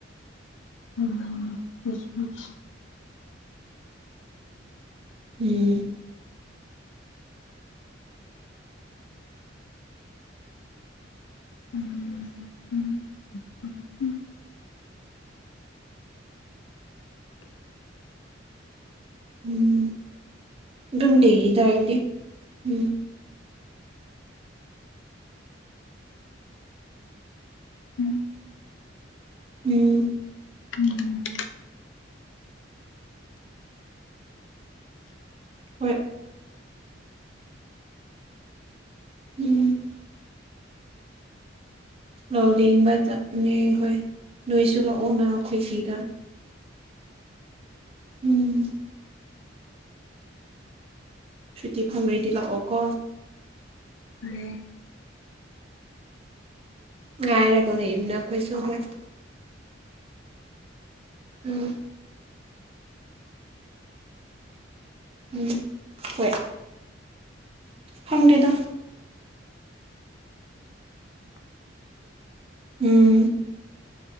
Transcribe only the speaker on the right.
ꯎꯝ
ꯎꯝ ꯑꯗꯨꯝ ꯗꯦꯒꯤꯗꯏꯗꯤ ꯎꯝ
ꯎꯝ
ꯍꯣꯏ ꯎꯝ ꯂꯥꯎ ꯂꯕ ꯆꯠꯄꯅꯦ ꯍꯣꯏ ꯅꯣꯏꯁꯨ ꯂꯥꯛꯑꯣ ꯅ ꯑꯩꯈꯣꯏ ꯁꯤꯗ ꯎꯝ ꯁꯨꯇꯤ ꯐꯪ꯭ꯈꯔꯗꯤ ꯂꯥꯛꯑꯣ ꯀꯣ
ꯉꯥꯏꯔꯒ ꯂꯩꯕꯅꯦ ꯑꯩꯈꫭꯏꯁꯨ ꯍꫭꯏ ꯎꯝ ꯎꯝ ꯍꯣꯏ ꯐꯪꯗꯦꯗ ꯎꯝ